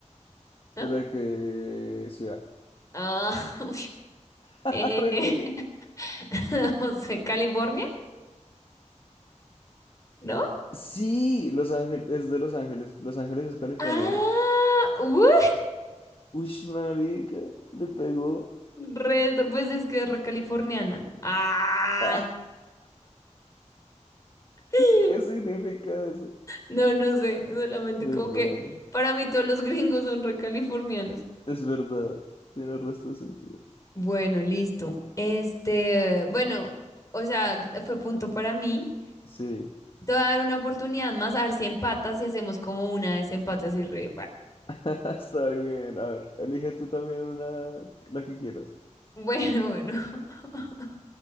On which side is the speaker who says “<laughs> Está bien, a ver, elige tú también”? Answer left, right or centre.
Left